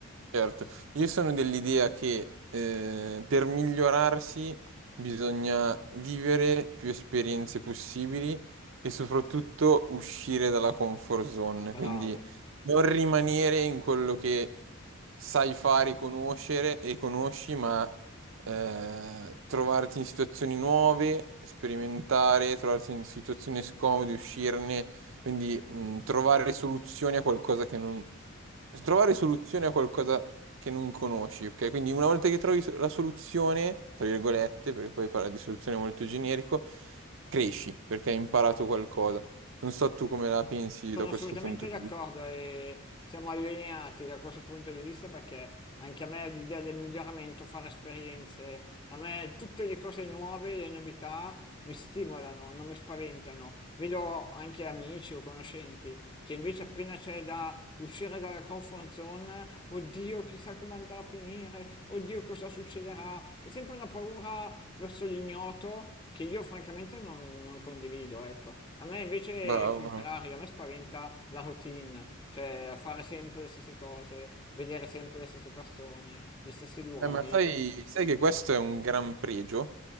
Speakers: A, on the right; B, on the left.
A: Certo, io sono dell'idea che eh, per migliorarsi bisogna vivere più esperienze possibili e soprattutto uscire dalla comfort zone,
B: Bravo.
A: quindi non rimanere in quello che sai fare, conoscere e conosci, ma eh, trovarti in situazioni nuove, sperimentare, trovarti in situazioni scomode, uscirne, quindi mh, trovare soluzioni a qualcosa che non Trovare soluzione a qualcosa che non conosci, ok? Quindi una volta che trovi so- la soluzione, tra virgolette, perché poi parla di soluzione molto generico, cresci perché hai imparato qualcosa. Non so tu come la pensi
B: Sono
A: da questo
B: assolutamente
A: punto di
B: d'accordo
A: vista.
B: e siamo allineati da questo punto di vista perché anche a me l'idea del miglioramento, fare esperienze, a me tutte le cose nuove, le novità mi stimolano, non mi spaventano. Vedo anche amici o conoscenti che invece appena c'è da uscire dalla comfort zone, oddio chissà come andrà a finire, oddio cosa succederà, è sempre una paura verso l'ignoto che io francamente non, non condivido, ecco. A me invece
A: Bravo,
B: è il contrario,
A: bravo.
B: a me spaventa la routine, cioè fare sempre le stesse cose, vedere sempre le stesse persone, gli stessi luoghi
A: Eh, ma sai, sai che questo è un gran pregio